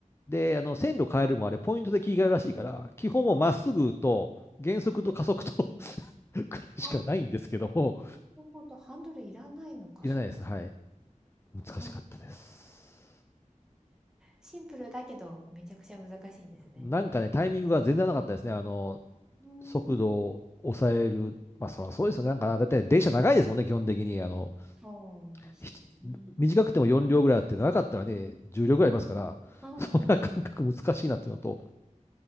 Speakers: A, on the left; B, in the centre.
A: で、あの、線路変えるもあれ、ポイントで切り替えるらしいから、基本もまっすぐと、減速と加速と
B: うん
A: <laughs> くらいしかないんですけども、
B: あ、なるほど。ハンドルいらないのか、
A: いらないです。
B: そっか。
A: はい。難しかったです。
B: うんシンプルだけど、めちゃくちゃ難しいんですね。
A: なんかね、タイミングが全然なかったですね。あの、
B: うー
A: 速度を抑える。
B: ん、
A: まあ、そらそうですよね。なんかな、だって電車長いですもんね、基本的に。あの、
B: そうですよね。
A: ひ短くても4両ぐらいあって、長かったらね、10両ぐらいありますから、<laughs>
B: うんうん。
A: そんな感覚難しいなっていうのと、